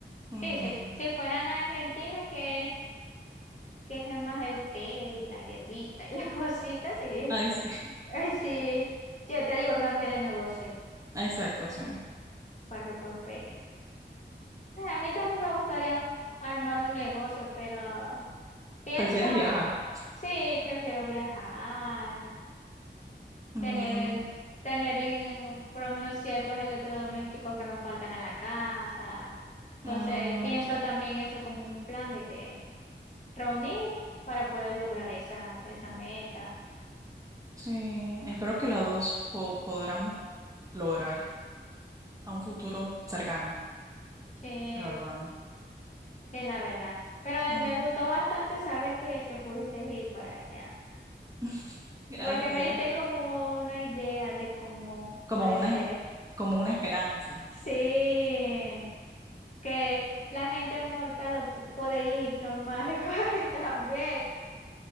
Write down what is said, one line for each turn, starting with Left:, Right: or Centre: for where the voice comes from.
Right: Mm,
Left: sí, sí. Si fueran a Argentina, que que es más el té, la hierbita y la <laughs> cosita, sí.
Right: ay, sí.
Left: Ay, sí, ya te digo,
Right: <laughs>
Left: cambia de negocio
Right: Exacto, sí.
Left: para que prospere. Eh, A mí también me gustaría armar un negocio, pero pienso,
Right: ¿Prefieres viajar?
Left: sí, prefiero viajar,
Right: Mm,
Left: tener, eh, tener en- por lo menos ciertos electrodomésticos que me faltan en la casa. Entonces,
Right: mm,
Left: pienso también eso como un plan de que reunir para poder lograr esa, esa meta.
Right: sí, espero que las dos po- podamos lograr a un futuro cercano,
Left: Sí,
Right: la verdad.
Left: es la verdad. Pero eh,
Right: Mm,
Left: me gustó bastante saber que, que pudiste ir para allá.
Right: <laughs> Gracias.
Left: Porque me diste como una idea de cómo
Right: Como
Left: puede
Right: una,
Left: ser.
Right: como una esperanza.
Left: Sí, que la gente mortal lo pu- puede ir normal <laughs> y también.